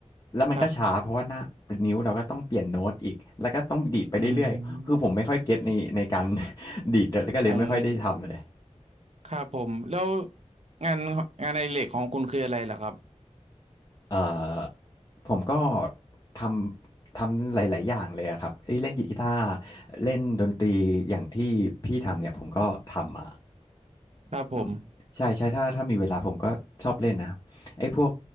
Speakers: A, on the left; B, on the right.
A: แล้วมันก็ช้าเพราะว่าหน้านิ้วเราก็ต้องเปลี่ยนโน้ตอีกแล้วก็ต้องดีดไปเรื่อยๆคือผมไม่ค่อยเก็ตในในการ
B: ครับอืม
A: <laughs> ดีดแล้วก็เลยไม่ค่อยได้ทำเลย
B: องครับผมแล้วงานงานอดิเรกของคุณคืออะไรล่ะครับ
A: เอ่อผมก็ทำทำหลายๆอย่างเลยอะครับเอ้ยเล่นกีตาร์เล่นดนตรีอย่างที่พี่ทำเนี่ยผมก็ทำมา
B: ครับผม
A: อืมใช่ใช่ถ้าถ้ามีเวลาผมก็ชอบเล่นนะไอ้พวก